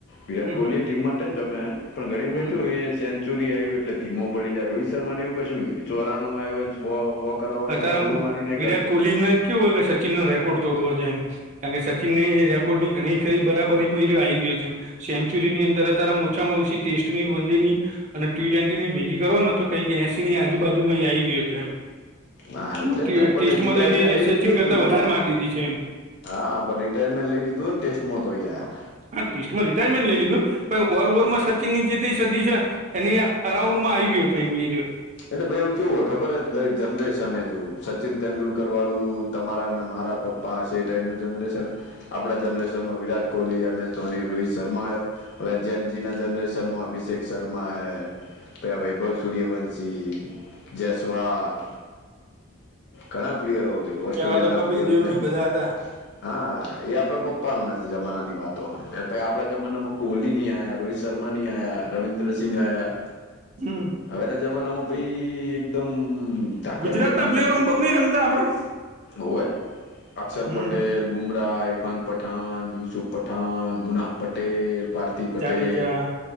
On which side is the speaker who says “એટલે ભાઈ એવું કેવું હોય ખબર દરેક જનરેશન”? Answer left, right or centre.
Left